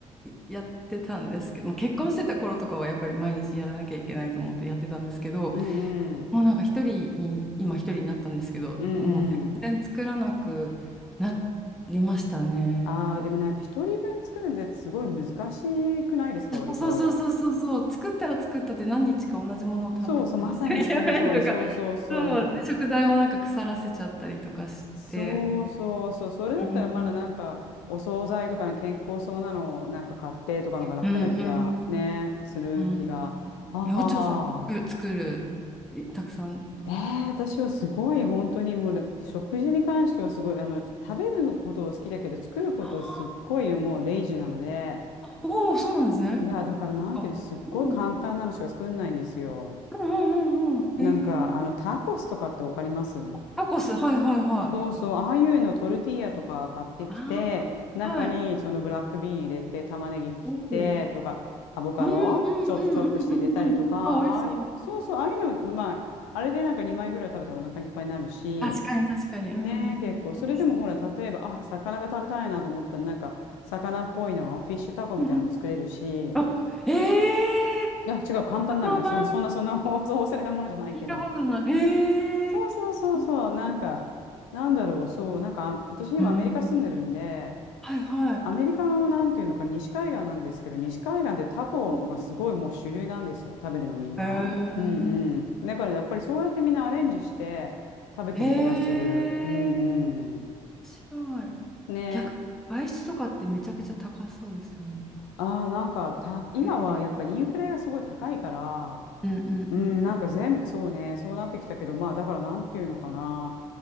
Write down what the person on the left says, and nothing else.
うんうん。
うんうん。
ああ、でもなんか一人分作るのってすごい難しくないですか、割と。
そうそう、まさにその通り。そうそうそ
う。そうそうそう。それだったらまだなんか、
お惣菜とかの健康そうなのをなんか買ってとかのが楽な気がね、
する気が。
はあはあ
はあ。
えー、私はすごい本当にもう食事に関してはすごいあの食べることを好きだけど作ることはすっごいもうレイジーなので
いやだからなんていうのすっごい簡単なのしか作んないんですよ。
なんか、
あの、タコスとかってわかります
そうそう、ああいうのトルティーヤとか買ってきて、
中にそのブラックビーン入れて、
玉ねぎ切ってとか、
アボカドちょっとチョップして入れたりとか、
ああいう、
そうそう、ああいうの、まあ、あれでなんか2枚ぐらい食べたらお腹いっぱいになるし、
ねえ、結構、それでもほら、
例えば、あ、魚が食べたいなと思ったら、なんか、魚っぽいの、フィッシュタコみたいなのも作れるし、
い
や、違う、簡単なのね。
そんな、そんな、そんな、<laughs> そう忘れたものじゃないけど。
そうそうそうそう、
なんか、なんだろう、そう、なんか、あ私今アメリカ住んでるんで、
アメリカのなんていうのかな、西海岸なんですけど、西海岸でタコがすごいもう主流なんですよ、
食べるのみんな。
うんうん。だからやっぱりそうやってみんなアレンジして食べてる気がする。
うん
う
ん。ね。
ああ、なんかた、今はやっぱインフレがすごい高いから、
うん、なんか全部、そうね、そうなってきたけど、まあだからなんていうのかな。